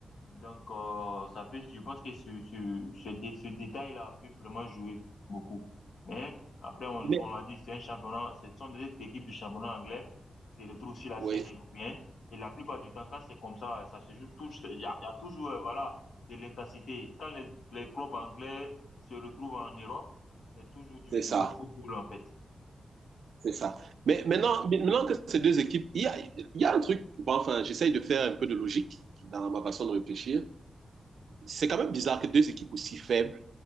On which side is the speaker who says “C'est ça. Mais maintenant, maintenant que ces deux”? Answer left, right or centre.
Right